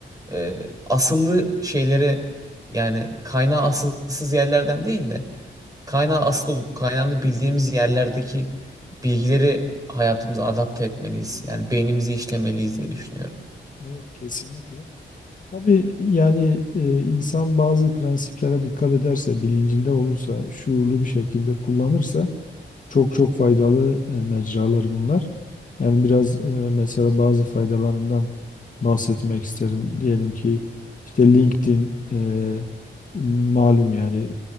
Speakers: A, on the right (about 20°); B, on the left (about 40°).
A: e, asıllı şeylere yani kaynağı asılsız yerlerden değil de kaynağı asıl olup kaynağını bildiğimiz yerlerdeki bilgileri hayatımıza adapte etmeliyiz. Yani beynimizi işlemeliyiz diye düşünüyorum.
B: Evet, kesinlikle. Tabii yani e, insan bazı prensiplere dikkat ederse, bilincinde olursa, şuurlu bir şekilde kullanırsa çok çok faydalı e, mecralar bunlar. Yani biraz e, mesela bazı faydalarından bahsetmek isterim. Diyelim ki işte LinkedIn e, malum yani